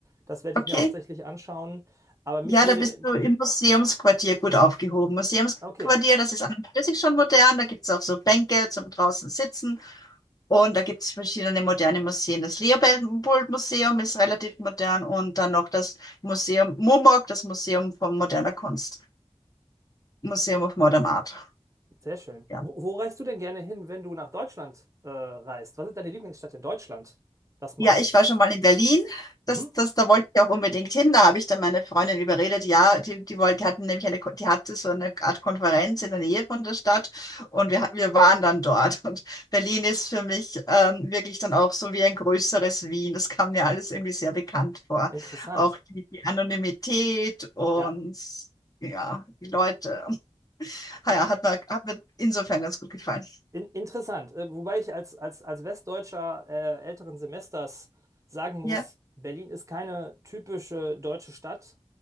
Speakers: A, on the right (about 30°); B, on the left (about 35°).
A: Das werde
B: Okay.
A: ich mir hauptsächlich anschauen. Aber mich
B: Ja,
A: würde.
B: da bist du im Museumsquartier gut aufgehoben. Museumsquartier,
A: Okay,
B: das ist an und für sich schon modern. Da gibt es auch so Bänke zum draußen sitzen. Und da gibt es verschiedene moderne Museen. Das Leopold-Museum ist relativ modern und dann noch das Museum Mumok, das Museum von moderner Kunst, Museum of Modern Art.
A: sehr schön.
B: Ja.
A: Wo, wo reist du denn gerne hin, wenn du nach Deutschland äh, reist? Was ist deine Lieblingsstadt in Deutschland? Das mal.
B: Ja, ich war schon mal in Berlin.
A: Mhm.
B: Das, das, da wollte ich auch unbedingt hin. Da habe ich dann meine Freundin überredet. Ja, die, die wollte, die hatten nämlich eine, Ko- die hatte so eine Art Konferenz in der Nähe von der Stadt und wir, wir waren dann dort. Und Berlin ist für mich ähm, wirklich dann auch so wie ein größeres Wien. Das kam mir alles irgendwie sehr bekannt vor.
A: Interessant.
B: Auch die, die Anonymität und
A: Ja,
B: ja, die Leute. <laughs> Ah
A: in,
B: Ja, hat mir, hat mir insofern ganz gut gefallen.
A: in, interessant. Äh, wobei ich als, als, als Westdeutscher äh, älteren Semesters sagen muss,
B: Ja,
A: Berlin ist keine typische deutsche Stadt,